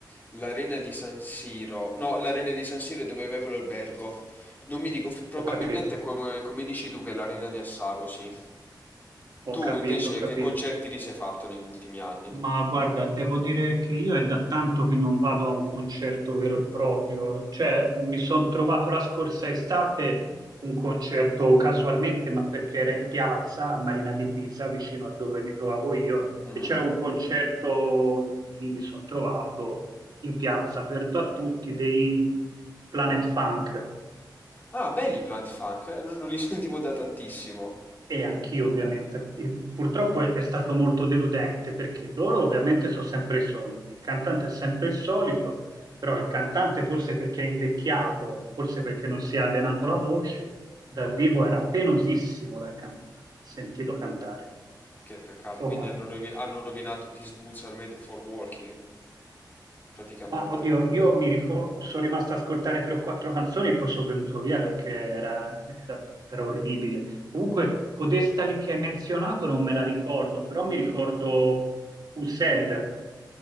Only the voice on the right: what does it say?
Ho capito,
ho
capito,
ho capito.
Ma guarda, devo dire che io è da tanto che non vado a un concerto vero e proprio, cioè mi sono trovato la scorsa estate un concerto casualmente, ma perché era in piazza a Marina di Pisa, vicino a dove mi trovavo io,
e c'era un concerto lì mi sono trovato in piazza, aperto a tutti, dei Planet Funk.
E anch'io ovviamente. E Purtroppo è è stato molto deludente perché loro ovviamente sono sempre i soliti, il cantante è sempre il solito, però il cantante forse perché è invecchiato, forse perché non si è allenato la voce, dal vivo era penosissimo da can- sentirlo cantare.
Insomma,
Ma oddio, io mi ricordo, sono rimasto a ascoltare tre o quattro canzoni e poi sono venuto via perché era, era- era orribile. Comunque, codesta lì che hai menzionato non me la ricordo, però mi ricordo Used.